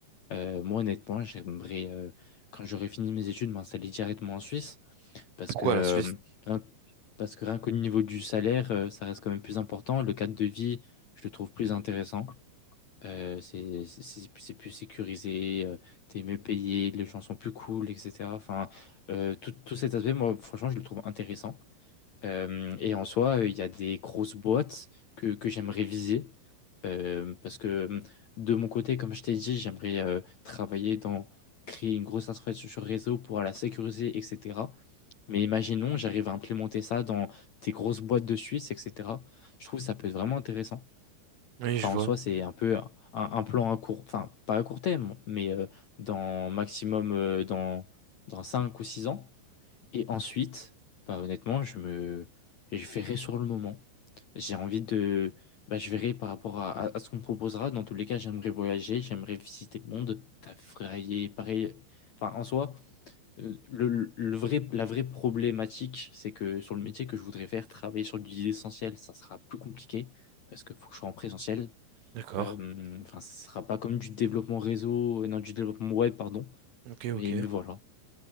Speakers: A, on the left; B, on the right.
A: Euh, moi, honnêtement, j'aimerais, euh, quand j'aurai fini mes études, m'installer directement en Suisse. Parce
B: Pourquoi
A: que, euh,
B: la Suisse?
A: rien, parce que rien qu'au niveau du salaire, euh, ça reste quand même plus important. Le cadre de vie, je le trouve plus intéressant. Euh, c'est c'est- c'est plus sécurisé, euh, t'es mieux payé, les gens sont plus cool, etc. Enfin, euh, tout, tout cet aspect, moi, franchement, je le trouve intéressant. Euh, et en soi, euh, il y a des grosses boîtes que, que j'aimerais viser. Euh, parce que hum, de mon côté, comme je t'ai dit, j'aimerais euh, travailler dans créer une grosse infrastructure réseau pour la sécuriser, etc. Mais imaginons, j'arrive à implémenter ça dans des grosses boîtes de Suisse, etc. Je trouve que ça peut être vraiment intéressant.
B: Oui,
A: Enfin,
B: je vois.
A: en soi, c'est un peu un, un plan à court, enfin, pas à court terme, mais euh, dans maximum euh, dans, dans 5 ou 6 ans. Et ensuite, bah honnêtement, je me, je verrai sur le moment. J'ai envie de, bah je verrai par rapport à, à, à ce qu'on me proposera. Dans tous les cas, j'aimerais voyager, j'aimerais visiter le monde, travailler, pareil. Enfin, en soi, euh, le, le- le vrai, la vraie problématique, c'est que sur le métier que je voudrais faire, travailler sur l'idée essentielle, ça sera plus compliqué parce qu'il faut que je sois en présentiel.
B: D'accord.
A: Euh, enfin, ce sera pas comme du développement réseau, euh, non, du développement web, pardon.
B: Ok,
A: Mais,
B: ok.
A: mais voilà.